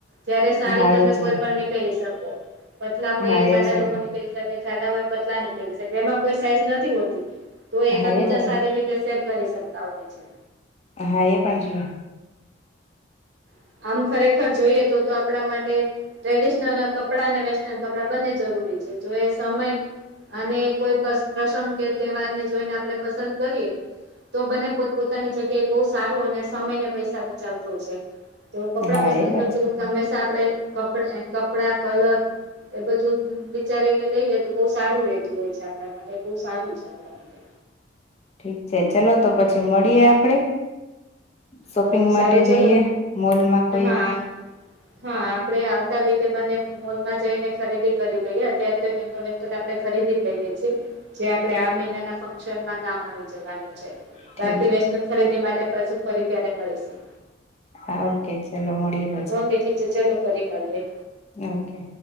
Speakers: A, on the right; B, on the left.
A: જયારે સાડી
B: છે હા
A: તમે
B: એ છે
A: કોઈ પણ ની પહેરી શકો. પતલા હોય
B: હા
A: એ જાડા
B: છે
A: લોકો ની પહેરી શકે જાડા હોય એ પતલા ની પહેરી શકે એમાં કોઈ સાઈઝ નથી હોતી. તો એકબીજા
B: હા એ બરાબર
A: સારી રીતે શેર કરી શકતા હોય છે.
B: હા એ પણ છે.
A: હમ આમ ખરેખર જોઈએ તો તો આપણા માટે ટ્રેડિશનલ કપડા અને વેસ્ટર્ન કપડાં બંને જરૂરી છે જો એ સમય અને કોઈ પ્રસંગ કે તહેવાર ને જોઈને આપડે પસંદ કરીએ તો બને પોત પોતાની જગ્યાએ બહુ સારું અને સમય ને પૈસા બચાવતો છે. તો કપડાં
B: હા
A: પસંદ
B: એ વાત
A: કરતી
B: છે
A: વખતે હંમેશા આપડે કપડા કલર એ બધું વિચારીને લઈએ તો બહુ સારું રેતું હોય છે આપણા માટે બહુ સારું છે. તો
B: ઠીક છે ચલો તો પછી મળીએે આપડે. શોપિંગ
A: સારું
B: માટે
A: સારું ચલો
B: જઈએ મોલ માં કોઈ
A: હા હા આપડે આવતા વીકે બને મોલ માં જઈને ખરીદી કરી લઈએ અત્યારે તો એક ઇન્ડોવેસ્ટન આપડે ખરીદી જ લઈએ છીએ. જે આપડે આ મહિના ના ફંક્શનમાં કામ આવી જવાનું છે.
B: ઠીક
A: બાકી વેસ્ટલન ખરીદી માટે પાછી ફરી ક્યારે મળીશું.
B: હા ઓકે ચલો મડીએ.
A: ઓકે ઠીક છે ચાલલો ફરી મળીએે.
B: ઓકે.